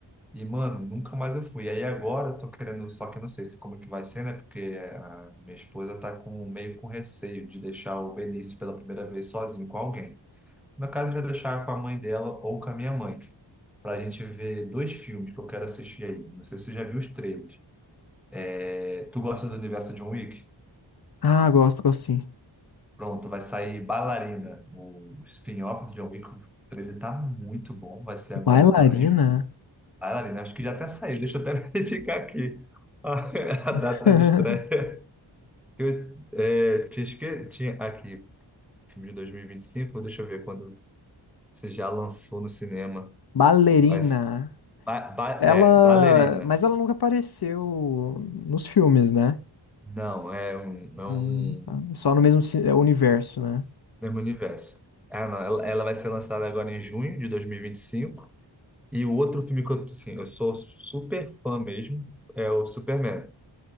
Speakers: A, in the centre; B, on the left.
A: E, mano, nunca mais eu fui. Aí agora eu tô querendo, só que eu não sei se como que vai ser, né? Porque a minha esposa tá com, meio com receio de deixar o Benício pela primeira vez sozinho com alguém. No caso, já deixar com a mãe dela ou com a minha mãe. Pra gente ver dois filmes que eu quero assistir aí. Não sei se você já viu os trailers. É, tu gosta do universo John Wick?
B: Ah, gosto, gosto sim.
A: Pronto, vai sair Bailarina, o o spin-off do John Wick. O trailer tá muito bom, vai ser agora
B: Bailarina?
A: em maio. Bailarina, acho que já até saiu, deixa eu até <laughs> verificar aqui a, a
B: <laughs>
A: data de estreia. Eu é, tinha, esque... tinha aqui, filme de 2025, deixa eu ver quando se já lançou no cinema.
B: Ballerina.
A: Vai, s- ba, ba-
B: Ela.
A: é, Bailarina.
B: Mas ela nunca apareceu nos filmes, né?
A: Não, é um, é
B: Ah,
A: um
B: tá. Só no mesmo ci- é, universo, né?
A: mesmo universo. Ah, não, ela, ela vai ser lançada agora em junho de 2025. E o outro filme que eu, assim, eu sou super fã mesmo é o Superman,